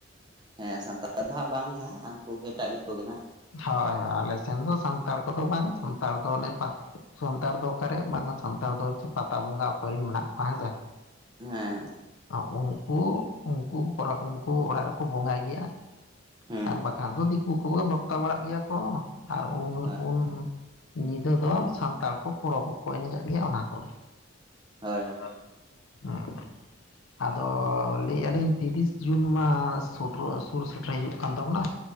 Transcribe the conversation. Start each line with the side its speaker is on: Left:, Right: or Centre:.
Right: ᱦᱮᱸ ᱥᱟᱱᱛᱟᱲ ᱫᱚ ᱦᱟᱸᱜ ᱵᱟᱝᱜᱮ ᱦᱟᱸᱜ ᱩᱱᱠᱩ ᱜᱮ ᱮᱴᱟᱜ ᱡᱟᱹᱛ ᱠᱚᱜᱮ ᱦᱟᱸᱜ᱾
Left: ᱦᱚᱭ ᱦᱚᱭ ᱟᱞᱮ ᱥᱮᱱ ᱫᱚ ᱥᱟᱱᱛᱟᱲ ᱠᱚᱫᱚ ᱵᱟᱝ ᱥᱟᱱᱛᱟᱲ ᱫᱚ ᱚᱱᱮ ᱯᱟ ᱥᱟᱱᱛᱟᱲ ᱫᱚ, ᱚᱠᱟᱨᱮ ᱵᱟᱝ ᱥᱟᱱᱛᱟᱲ ᱫᱚ ᱪᱮᱫ ᱯᱟᱛᱟ ᱵᱚᱸᱜᱟ ᱚᱠᱭ ᱨᱮᱱ ᱢᱮᱱᱟᱜ ᱠᱚ ᱠᱷᱟᱱ ᱨᱮ,
Right: ᱦᱮᱸ᱾
Left: ᱟᱸ ᱩᱱᱠᱩ ᱩᱱᱠᱩ ᱠᱚᱨᱮ ᱩᱱᱠᱩ ᱚᱲᱟᱜ ᱨᱮᱠᱚ ᱵᱚᱸᱜᱟᱭ ᱜᱮᱭᱟ᱾
Right: ᱦᱮᱸ
Left: ᱟᱨ ᱵᱟᱠᱷᱟᱱ ᱫᱚ ᱫᱤᱠᱩ ᱠᱚᱜᱮ ᱵᱷᱚᱠᱛᱟ ᱵᱟᱲᱟᱜ ᱜᱮᱭᱟ ᱠᱚ, ᱟᱨ ᱩᱱ
Right: ᱦᱳᱭ
Left: ᱩᱱ ᱧᱤᱫᱟᱹ ᱫᱚ ᱥᱟᱱᱛᱟᱲ ᱠᱚ ᱯᱚᱨᱟᱵᱽ ᱦᱚᱠᱚ ᱮᱱᱮᱡ ᱜᱮᱭᱟ ᱚᱱᱟ ᱠᱚᱜᱮ᱾
Right: ᱦᱳᱭ ᱦᱳᱭ᱾
Left: ᱦᱳᱭ ᱦᱩᱸ ᱟᱫᱚ- ᱚ ᱞᱟᱹᱭᱟᱜ-ᱟ ᱞᱤᱧ ᱛᱤᱨᱤᱥ ᱡᱩᱱ ᱢᱟ ᱥᱳᱴᱨᱳ ᱥᱩᱞ ᱥᱮᱴᱮᱨ ᱦᱤᱡᱩᱜ ᱠᱟᱱ ᱛᱟᱵᱚᱱᱟ᱾